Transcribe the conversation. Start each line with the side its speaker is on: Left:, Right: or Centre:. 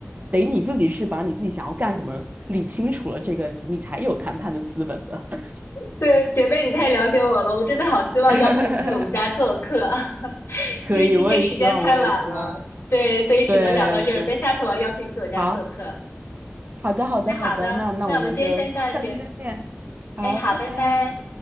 Right: 得你自己是把你自己想要干什么理清楚了，这个你才有谈判的资本的。
Left: 对，姐妹，你太了解我了，我真的好希望邀请你去我们家做客，
Right: <laughs>
Left: <laughs>
Right: 可以，
Left: 因为今天时间太晚了，
Right: 我也希望，我也希望，
Left: 对，所以只能聊到这儿了。
Right: 对对。
Left: 但下次我要邀请你去我家做客。
Right: 好，好的，好的，
Left: 那好呢，
Right: 好的，那那我们就下次再见。
Left: 那我们今天先到这儿。
Right: 好，
Left: 哎，好，
Right: 拜拜。
Left: 拜拜。